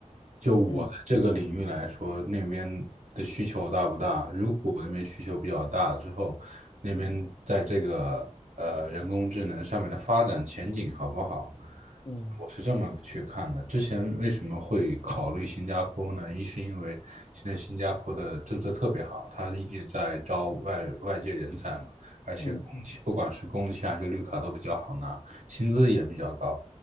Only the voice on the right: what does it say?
就我的这个领域来说，
那边的需求大不大？如果我那边需求比较大之后，那边在这个呃人工智能上面的发展前景好不好？
我是这么去看的。之前为什么会考虑新加坡呢？一是因为现在新加坡的政策特别好，它一直在招外外界人才嘛，而且工签不管是工签还是绿卡都比较好拿，
薪资也比较高。